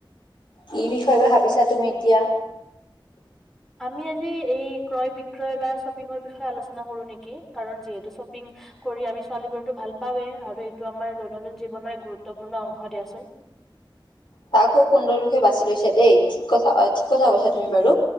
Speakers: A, on the left; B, in the centre.
A: কি বিষয়ে ভাবিছা তুমি এতিয়া?
B: আমি আজি এই ক্ৰয় বিক্ৰয় বা শ্বপিঙৰ বিষয়- আলোচনা কৰো নেকি কাৰণ যিহেতু শ্বপিং কৰি আমি ছোৱালীোৰতটো ভাল পাওঁয়ে আৰু এইটো আমাৰ দৈনন্দিন জীৱনৰ এক গুৰুত্বপূৰ্ণ অংশ দিয়াচোন।
A: তাক খুব সুন্দৰ বিষয়ে বাছি লৈছা দেই ঠিক কথা ঠিক কথা কৈছা তুমি বাৰু।